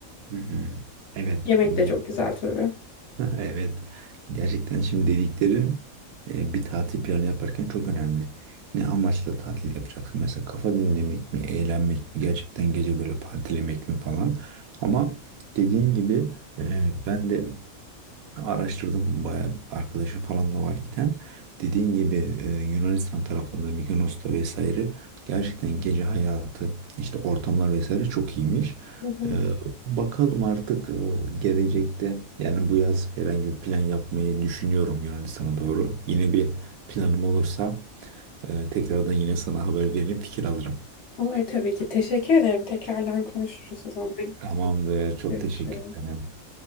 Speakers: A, on the right; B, on the left.
A: Hı hı. Evet,
B: Yemek
A: bu
B: de çok güzel tabii.
A: <laughs> evet gerçekten şimdi dediklerin e, bir tatil planı yaparken çok önemli. Ne amaçla tatil yapacaksın? Mesela kafa dinlemek mi, eğlenmek mi, gerçekten gece böyle partilemek mi falan. Ama dediğin gibi e, ben de Araştırdım bayağı arkadaşım falan da var giden. Dediğin gibi e, Yunanistan taraflarında Mykonos'ta vesaire gerçekten gece hayatı işte ortamlar vesaire çok iyiymiş.
B: Hı hı.
A: E, bakalım artık e, gelecekte yani bu yaz herhangi bir plan yapmayı düşünüyorum Yunanistan'a doğru. Yine bir planım olursa e, tekrardan yine sana haber veririm fikir alırım.
B: Olur tabii ki. Teşekkür ederim. Tekrardan konuşuruz o zaman.
A: Tamamdır. Çok
B: Görüşürüz.
A: teşekkür ederim.